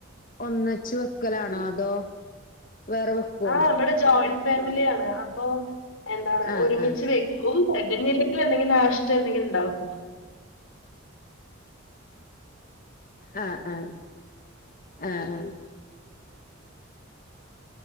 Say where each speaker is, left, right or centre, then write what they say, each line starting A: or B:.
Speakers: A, on the left (about 45°); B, on the left (about 80°).
A: ഒന്നച്ച് വെക്കലാണോ അത്- അതോ വേറെ വെക്കോ
B: ആഹ് ഇവിടെ ജോയിന്റ് ഫാമിലിയാണ് അപ്പൊ എന്താണ്
A: ആഹ്
B: ഒരുമിച്ച്
A: ആഹ്
B: വെക്കും. <unintelligible> നാഷ്റ്റ എന്തെങ്കിലുമുണ്ടാക്കും
A: ആ ആ ആ ആ